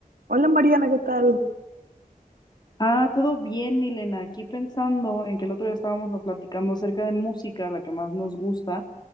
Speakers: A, on the right (about 85°); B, on the left (about 30°).
A: Hola Mariana, ¿qué tal?
B: Ah, todo bien, Milena. Aquí pensando en que el otro día estábamos platicando acerca de música, la que más nos gusta,